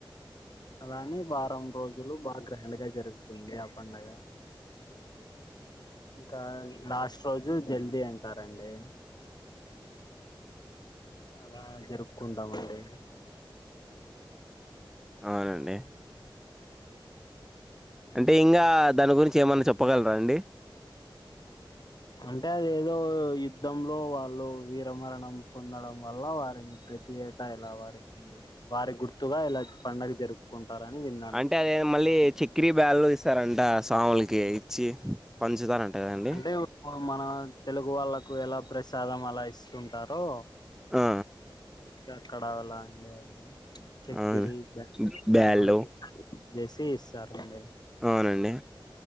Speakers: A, on the left; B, in the centre.
A: అలాని వారం రోజులు బాగా గ్రాండ్ గా జరుగుతుంది ఆ పండగ ఇంకా లాస్ట్ రోజు జల్దీ అంటారండి అలా జరుపుకుంటామండి
B: అవునండి అంటే ఇంగా దాని గురించి ఏమన్నా చెప్పగలరా అండి
A: అంటే అదెఏదో యుద్ధంలో వాళ్ళు వీరమరణం పొందడం వల్ల వారిని ప్రతి ఏట ఇలా వారికి వారి గుర్తుగా ఇలా పండగ జరుప్ కుంటారని విన్
B: అంటే అదేదో మళ్ళీ చి క్రీ బ్యాళో ఇస్తారంట స్వాములకి ఇచ్చి పంచుతారంట కదండి
A: అంటే మన తెలుగు వాళ్ళకు ఎలా ప్రసాదం అలా ఇస్తుంటారో
B: ఆ..
A: గక్కడ వలాండి అవి చక్కిరి
B: అవును
A: బె <inaudible>
B: బ్యాళ్ళు
A: అవి వేసి ఇస్తారండి
B: అవునండి